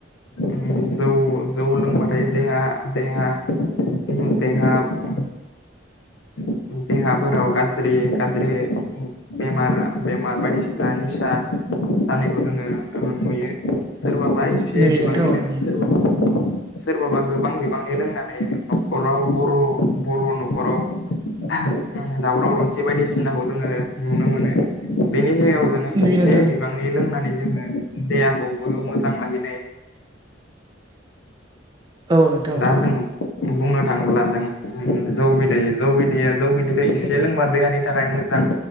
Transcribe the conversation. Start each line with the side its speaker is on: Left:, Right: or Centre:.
Left: उम जौ जौ लोंबाथाय देहा देहा उम देहा दे देहाफोराव गाज्रि गाज्रि उम बेमार बेमार बायदिसिना निसा जानायखौ जोङो ओ नुयो। सोरबाबा एसे
Right: नुयो
Left: बिबांनि
Right: नोंथां औ
Left: लोङो
Right: नुयो
Left: सोरबाबा सोरबाबा गोबां बिबांनि लोंनानै न'खराव बर' बर' न'खराव आहा दावराव दावसि बायदिसिनाखौ जोङो नुनो मोनो। बेनि सायाव जोंङो
Right: नुयो
Left: एसे
Right: नोंथां
Left: बिबांनि लोंनानै जोङो देहाखौबो मोजां लाखिनो हायो। <inaudible>
Right: औ नोंथां
Left: दा
Right: ओं।
Left: जों बुंनो थाङोब्ला जों जौ बिदै जौ बिदै दैया जौ बिदिखौ एसे लोंबा देहानि थाखाय मोजां